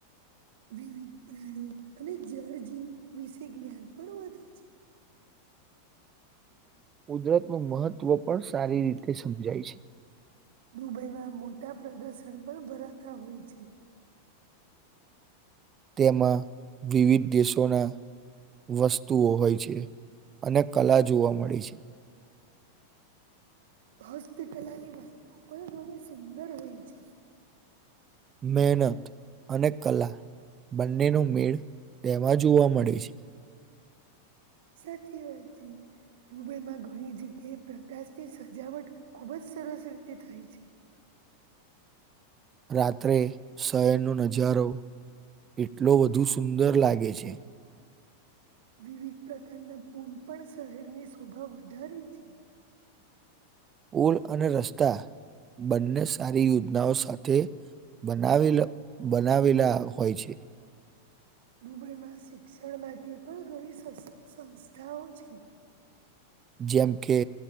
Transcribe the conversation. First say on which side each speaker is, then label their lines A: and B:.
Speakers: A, on the right (about 55°); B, on the right (about 25°).
A: વિવિધ પ્રાણી અને જળ જવ વિશે જ્ઞાન પણ વધે છે.
B: કુદરત નું મહત્વ પણ સારી રીતે સમજાય છે.
A: દુબઈમાં મોટા પ્રદર્શન પણ ભરાતા હોય છે.
B: તેમાં વિવિધ દેશોના. વસ્તુઓ હોય છે અને કલા જોવા મળે છે.
A: હસ્તકલા ની વસ્તુ પણ ઘણી સુંદર હોય છે.
B: મહેનત અને કલા બંનેનો મેળ તેમાં જોવા મળે છે.
A: સાચી વાત જી. દુબઈમાં ઘણી જગ્યાએ પ્રકાશની સજાવટ ખૂબ જ સરસ રીતે થાય છે.
B: રાત્રે શહેરનોો નજારો એટલો વધુ સુંદર લાગે છે.
A: વિવિધ પ્રકારના પુલ પણ શહેરની શોભા વધારે છે.
B: પુલ અને રસ્તા બંને સારી યોજનાઓ સાથે. બનાવેલા બનાવેલા હોય છે.
A: દુબઈમાં શિક્ષણ માટે પણ ઘણી સંસ્થાઓ છે.
B: જેમ કે